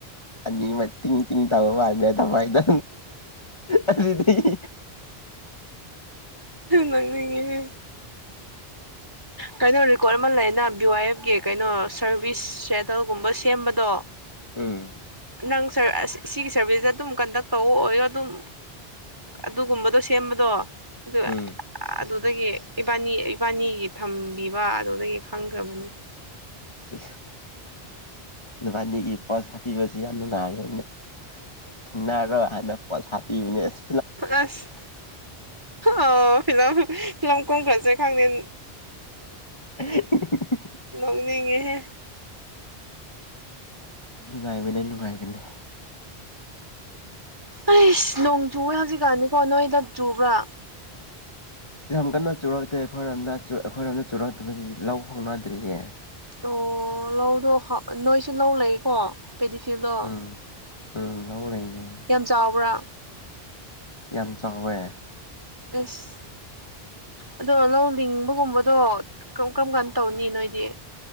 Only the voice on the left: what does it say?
ꯑꯅꯤ ꯃ ꯇꯤꯡ ꯇꯤꯡ ꯇ ꯃꯥꯅ ꯐꯥꯏꯗ ꯑꯗꯨꯗꯒꯤ
ꯎꯝ
ꯎꯝ
ꯁꯤ ꯕꯥꯅꯤꯒꯤ ꯄꯣꯁ ꯄꯤꯕꯁ ꯌꯥꯝ ꯅꯨꯡꯉꯥꯏꯔꯦ ꯟꯅꯔꯣ ꯍꯥꯏꯅ ꯄꯣꯁꯥ ꯏꯕꯅꯦꯅꯤꯁ
<unintelligible>
ꯅꯨꯡꯉꯥꯏꯕꯅꯦ ꯅꯨꯡꯉꯥꯏꯕꯅꯦ
ꯌꯥꯝ ꯀꯟꯅ ꯆꯨꯔꯛꯇꯦ ꯑꯩꯈꯣꯏꯔꯣꯝꯗ ꯑꯩꯈꯣꯏꯔꯣꯝꯗ ꯆꯨꯔꯛꯇꯕꯒꯤ ꯂꯧ ꯍꯧꯣꯡꯅꯗ꯭ꯔꯤꯌꯦ
ꯎꯝ ꯎꯝ ꯂꯧ ꯂꯩꯌꯦ
ꯌꯥꯝ ꯆ ꯍꯕ